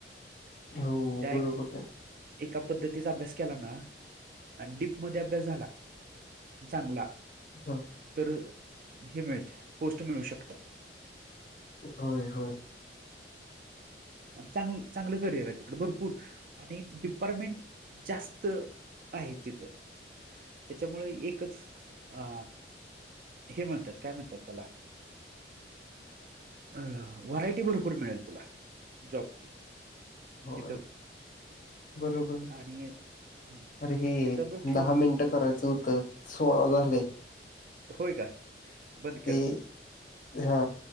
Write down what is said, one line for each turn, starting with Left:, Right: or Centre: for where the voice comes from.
Left: हो
Right: त्या
Left: बरोबर आहे
Right: एका पद्धतीचा अभ्यास केला ना आणि डीप मध्ये अभ्यास झाला चांगला
Left: हा
Right: तर हे मिळते पोस्ट मिळू शकत
Left: होय होय
Right: चांग चांगलं करिअर आहे तिकडे भरपूर आणि डिपार्टमेंट जास्त आहे तिथं त्याच्यामुळे एकच अ हे म्हणतात काय म्हणतात त्याला अ व्हरायटी भरपूर मिळेल तुला जॉबची
Left: हो
Right: तिथं
Left: बरोबर
Right: आणि हा
Left: अरे हे
Right: त्याच्याबरोबर खेळ
Left: दहा मिनिट करायचं होतं सोळा द
Right: होय का बदकरर
Left: ते हा